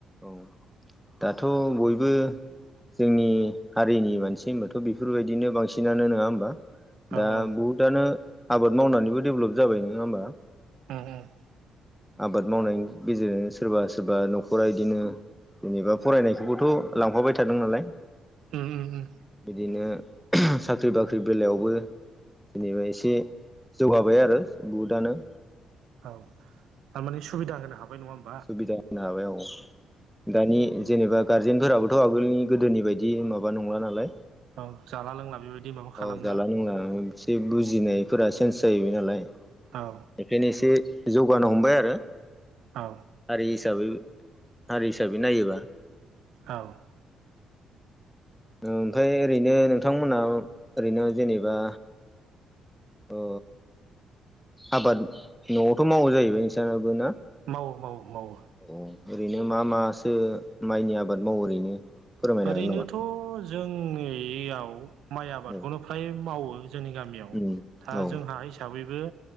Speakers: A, in the centre; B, on the right.
A: औ दाथ' बयबो जोंनि हारिनि मानसि होनबाथ' बेफोरबायदिनो बांसिनानो नङा होमबा? दा
B: औ औ
A: बहुदआनो आबाद मावनानैबो डेभेलप जाबाय नङा होमबा?
B: उम उम
A: आबाद मावनायनि गेजेरजों सोरबा सोरबा न'खरा इदिनो जेनेबा फरायनायखौबोथ' लांफाबाय थादों नालाय
B: उम उम उम
A: बिदिनो साख्रि बाख्रि बेलायावबो जेनेबा एसे जौगाबाय आरो बुहुदानो
B: औ थारमाने सुबिदा होनो हाबाय नङा होम
A: सुबिदा होनो हाबाय औ दानि जेनेबा गारजेनफोराबोथ' आगोलनि गोदोनि बायदि माबा नंला नालाय
B: औ जाला लोंला बेबायदि माबा खालामला
A: औ जाला लोंला एसे बुजिनायफोरा चेन्स जाहैबाय नालाय
B: औ
A: बेखायनो एसे जौगानो हमबाय आरो।
B: औ
A: हारि हिसाबै हारि हिसाबै नायोबा
B: औ
A: ओमफ्राय ओरैनो नोंथांमोनहा ओरैनो जेनेबा अ आबाद न'आवथ' मावो जाहैबाय नोंसानाबो ना?
B: मावो मावो मावो
A: औ ओरैनो मा मासो माइनि आबाद मावो ओरैनो फोरमायनो
B: ओरैनोथ'
A: हागोन नामा
B: जोंनियाव माइ आबादखौनो
A: औ
B: फ्राय मावो। जोंनि गामियाव
A: उम
B: दा
A: औ
B: जों हा हिसाबैबो